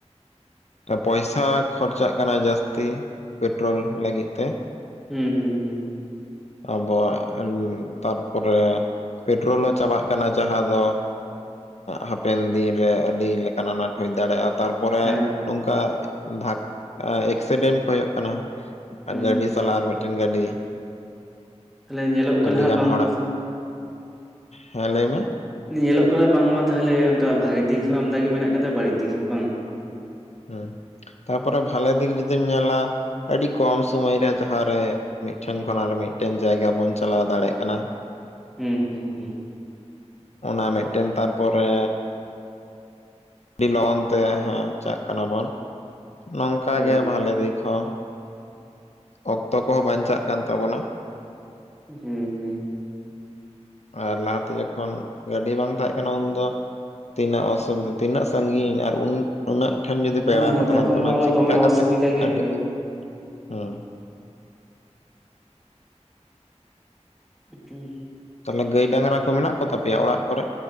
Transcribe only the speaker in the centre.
ᱦᱩᱸ-ᱦᱩᱸ-ᱦᱩᱸ ᱾
ᱦᱮᱸ ᱦᱮᱸ
ᱦᱩᱸ
ᱦᱩᱸ
ᱠᱟᱱᱤᱧ ᱧᱮᱞᱚᱜ ᱠᱟᱱᱟ
ᱦᱟᱸᱜ
ᱵᱟᱝᱢᱟ
ᱥᱮ
ᱧᱮᱞᱚᱜ ᱠᱟᱱᱟ ᱵᱟᱝᱢᱟ ᱛᱟᱦᱟᱞᱮ ᱚᱱᱠᱟ ᱵᱷᱟᱜᱮ ᱫᱤᱠ ᱦᱚᱸ ᱟᱢᱫᱟ ᱜᱮ ᱢᱮᱱᱟᱜ ᱠᱟᱫᱟ ᱵᱟᱹᱲᱤᱡ ᱫᱤᱠ ᱦᱚᱸ ᱵᱟᱝ
ᱦᱩᱸ, ᱦᱩᱸ ᱾
ᱦᱳᱭ
ᱦᱳᱭ
ᱦᱩᱸ, ᱦᱩᱸ ᱾
ᱦᱮᱸ
ᱛᱚᱠᱷᱚᱱ
ᱢᱟ ᱟᱨᱚ
ᱫᱚᱢᱮ
ᱚᱥᱩᱵᱤᱫᱟ ᱜᱮ
ᱦᱳᱭ
ᱩ ᱪᱩᱝ